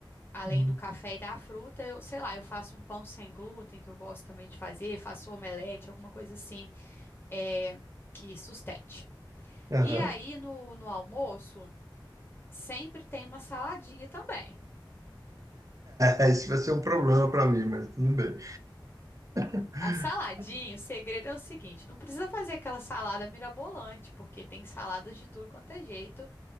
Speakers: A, on the left (about 25°); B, on the right (about 40°).
A: Além
B: Uhum.
A: do café e da fruta, eu, sei lá, eu faço um pão sem glúten, que eu gosto também de fazer, faço omelete, alguma coisa assim, é, que sustente.
B: Aham.
A: E aí no, no almoço, sempre tem uma saladinha também.
B: É, isso vai ser um problema para mim, mas tudo bem. <laughs>
A: A saladinha, o segredo é o seguinte: não precisa fazer aquela salada mirabolante, porque tem saladas de tudo quanto é jeito